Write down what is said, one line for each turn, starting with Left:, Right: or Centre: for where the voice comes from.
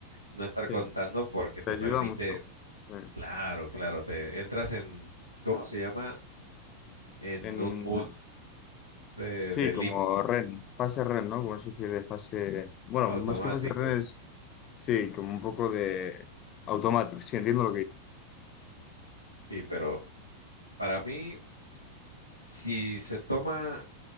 Right: no estar
Left: Sí,
Right: contando, porque te
Left: te ayuda
Right: permite,
Left: mucho. Sí.
Right: claro, claro, te entras en, ¿cómo se llama? En
Left: En,
Right: un mood de,
Left: Sí,
Right: de limbo
Left: como REN, fase REN, ¿no? Como una especie de fase, bueno,
Right: automático.
Left: más que fase REN es, sí, como un poco de automático, sí, entiendo lo que...
Right: Sí, pero para mí, si se toma